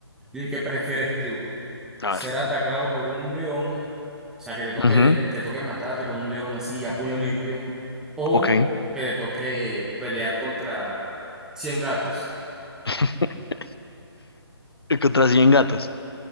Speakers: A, in the centre; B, on the left.
A: ¿Y qué prefieres tú?
B: A
A: ¿Ser
B: ver.
A: atacado por un león? O sea, que te toque,
B: Ujú,
A: te toque matarte con un león así a puño limpio. O
B: Ok.
A: que te toque pelear contra 100 gatos.
B: <laughs> Contra 100 gatos.